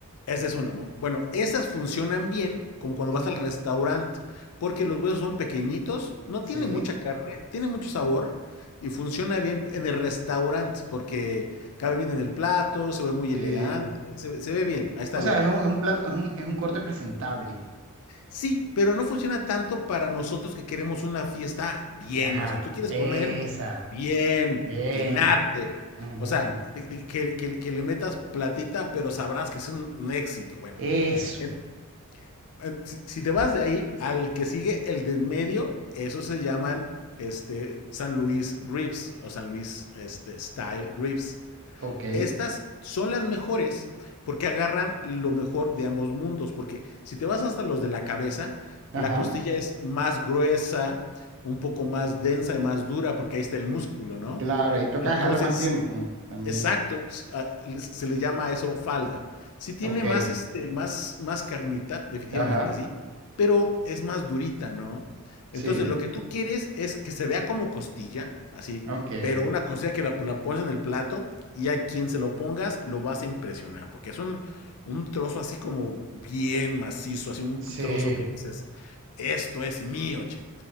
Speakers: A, on the left; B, on the right.
A: Esa es una, ¿no? Bueno, esas funcionan bien como cuando
B: Ujú.
A: vas al restaurante, porque los huesos son pequeñitos, no
B: Sí,
A: tiene mucha carne, tiene mucho sabor y funciona bien en el restaurante porque cabe bien en el plato, se ve muy
B: sí.
A: elegante, se, ve- se ve bien, ahí está
B: O sea,
A: bien.
B: es un, es un plato, es un, es un corte presentable.
A: Sí, pero no funciona tanto para nosotros que queremos una fiesta bien.
B: Ajá,
A: O sea, tú quieres
B: esa.
A: comer bien,
B: Bien.
A: llenarte.
B: Ujú.
A: O sea, que, que- que- que le metas platita, pero sabrás que es un, un éxito. Bueno,
B: Eso.
A: en- en- si, si te vas de ahí al que sigue el de en medio, esos se llaman este, San Luis Ribs o San Luis este, Style Ribs.
B: Ok.
A: Estas son las mejores porque agarran lo mejor de ambos mundos, porque si te vas hasta los de la cabeza, la
B: Ajá.
A: costilla es más gruesa, un poco más densa y más dura, porque ahí está el músculo, ¿no?
B: Claro, y toca
A: Entonces,
B: dejarlo más tiempo también.
A: Exacto, s- a- le- se le llama a eso falda. Sí tiene
B: Ok.
A: más, este, más, más carnita, definitivamente
B: Ajá.
A: sí, pero es más durita, ¿no? Entonces,
B: Sí.
A: lo que tú Ujú. quieres es que se vea como costilla, así,
B: Ok.
A: pero una costilla que la, la pones en el plato y a quien se lo pongas lo vas a impresionar, porque es un, un trozo así como bien macizo, así un
B: Sí.
A: trozo que dices, esto es mío, ching.